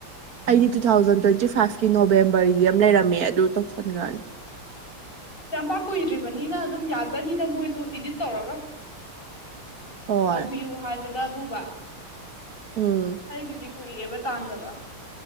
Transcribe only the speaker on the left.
ꯌꯥꯝꯄꯥꯛ ꯀꯨꯏꯗ꯭ꯔꯤꯕꯅꯤꯅ ꯑꯗꯨꯝ ꯌꯥꯖꯅꯤꯗ ꯃꯣꯏꯁꯨ ꯏꯗꯤꯠ ꯇꯧꯔꯒ
ꯇꯧꯕꯤꯌꯨ ꯍꯥꯏꯕꯗꯕꯨꯕ
ꯑꯩꯒꯤꯗꯤ ꯀꯨꯏꯔꯦꯕ ꯇꯥꯟꯗꯕ